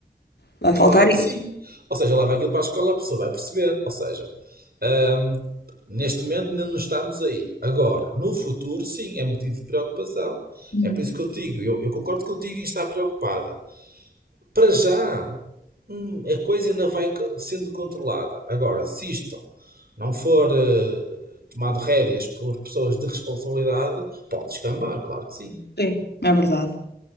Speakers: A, on the left (about 80°); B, on the right (about 65°).
A: Vai
B: claro
A: faltar
B: que
A: isso.
B: sim. Ou seja, leva aquilo para a escola, a pessoa vai perceber. Ou seja, hum, neste momento ainda não estamos aí. Agora, no futuro, sim, é motivo de preocupação.
A: Uhum.
B: É por isso que eu digo, eu, eu concordo contigo em estar preocupada. para já, hum, a coisa ainda vai co- sendo controlada. Agora, se isto não for eh, tomado rédeas por pessoas de responsabilidade, pode descambar, claro que sim.
A: Sim, é verdade.